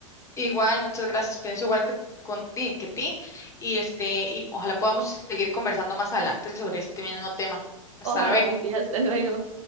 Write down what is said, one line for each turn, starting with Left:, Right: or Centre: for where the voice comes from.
Left: Igual, muchas gracias, pienso igual que, con, di- que ti, y, este, y ojalá podamos seguir conversando más adelante sobre este mismo tema. Hasta
Right: Ojalá
Left: luego.
Right: que sí, hasta luego.